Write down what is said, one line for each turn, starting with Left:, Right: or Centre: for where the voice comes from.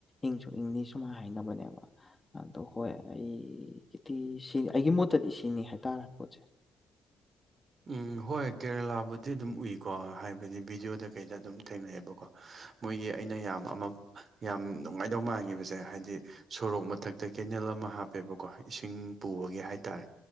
Left: ꯏꯪꯁꯨ ꯏꯪꯅꯤ ꯁꯨꯃꯥꯏ ꯍꯥꯏ ꯍꯥꯏꯅꯕꯅꯦꯕ ꯑꯗꯣ ꯍꯣꯏ ꯑꯩ ꯒꯤꯗꯤ ꯁꯤ ꯑꯩꯒꯤ ꯃꯣꯠꯇꯗꯤ ꯁꯤꯅꯤ ꯍꯥꯏꯇꯥꯔꯦ ꯄꯣꯠꯁꯦ
Right: ꯎꯝ ꯍꯣꯏ ꯀꯦꯔꯦꯂꯥꯕꯨꯗꯤ ꯑꯗꯨꯝ ꯎꯏ ꯀꯣ ꯍꯥꯏꯕꯗꯤ ꯚꯤꯗꯤꯑꯣꯗ ꯀꯩꯗ ꯑꯗꯨꯝ ꯊꯦꯡꯅꯩꯌꯦꯕꯀꯣ ꯃꯣꯏꯒꯤ ꯑꯩꯅ ꯌꯥꯝ ꯑꯃ ꯌꯥꯝ ꯅꯨꯡꯉꯥꯏꯗꯧ ꯃꯥꯟꯒꯤꯕꯁꯦ ꯍꯥꯏꯗꯤ ꯁꯣꯔꯣꯛ ꯃꯊꯛꯇ ꯀꯦꯅꯦꯜ ꯑꯃ ꯍꯥꯞꯄꯦꯕꯀꯣ ꯏꯁꯤꯡ ꯄꯨꯕꯒꯤ ꯍꯥꯏꯗꯤ ꯇꯥꯔꯦ